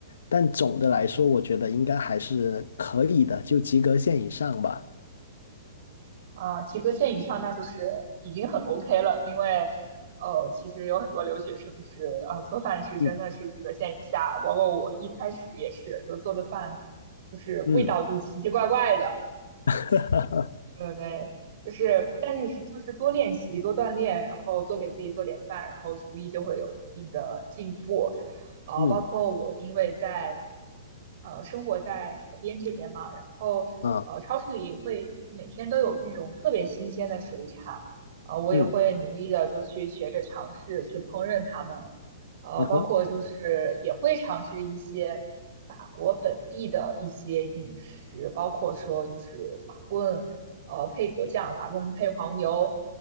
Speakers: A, on the left (about 80°); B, on the right (about 55°).
A: 但总的来说，我觉得应该还是可以的，就及格线以上吧。
B: 啊，及格线以上那就是已经很 OK 了，因为呃，其实有很多留学生是啊，做饭是真的是及格线以下，
A: 嗯
B: 包括我一开始也是，就做的饭就是味道就是奇奇怪怪的，
A: 嗯。<laughs>
B: 对对，就是，但是就是多练习、多锻炼，然后多给自己做点饭，然后厨艺就会有一定的进步。呃，
A: 嗯
B: 包括我因为在呃生活在海边这边嘛，然后呃超市里会每天都有那种特别新鲜的水产，
A: 啊，
B: 啊、我也会努力的就去学着尝试去烹饪它们，
A: 嗯
B: 呃，
A: 嗯哼，
B: 包括就是也会尝试一些法国本地的一些饮食，包括说就是法棍，呃，配果酱，法棍配黄油，